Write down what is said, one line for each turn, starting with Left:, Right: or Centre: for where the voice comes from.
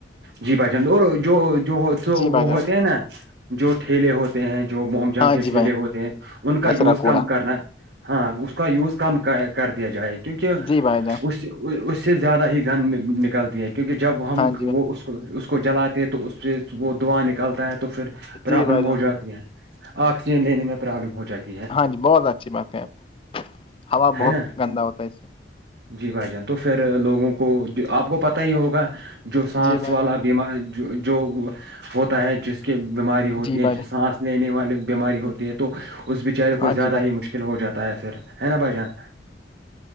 Right: جی بھائی چ اور جو جو وہ
Left: جی بھائی جان
Right: ہوتے ہیں نا جو ٹھیلے ہوتے ہیں جو موم جم
Left: ہاں
Right: کے
Left: جی
Right: ٹھیلے
Left: بھائی
Right: ہوتے ہیں ان کا
Left: کچرا
Right: یوز
Left: کوڑا
Right: کم کرنا ہاں اس کا یوز کم کر دیا جائے کیونکہ
Left: جی بھائی جان
Right: اس اس سے زیادہ ہی گند نکلتی ہے کیونکہ جب ہم
Left: ہاں جی
Right: وہ اس کو اس کو جلاتے ہیں تو اس پ وہ دعا نکلتا ہے تو پھر
Left: بھائی
Right: پرابلم
Left: جی بھائی جان
Right: ہو جاتی ہے آکسیجن لینے میں پرابلم ہو جاتی ہے
Left: ہاں جی بہت اچھی بات کہیں آپ ہوا
Right: ہے
Left: بہت
Right: نا
Left: گندا ہوتا ہے اس سے
Right: جی بھائی جان تو پھر لوگوں کو آپ کو پتا ہی ہوگا جو سانس
Left: جی بھائی
Right: والا
Left: جان
Right: بیماری جو ہوتا ہے جس کی بیماری ہوتی
Left: جی
Right: ہیں
Left: بھائی جان
Right: سانس لینے والی بیماری ہوتی ہے تو اس بیچارے
Left: ہاں
Right: کو زیادہ
Left: جی بھائی
Right: ہی مشکل ہو جاتا ہے پھر ہے نا بھائی جان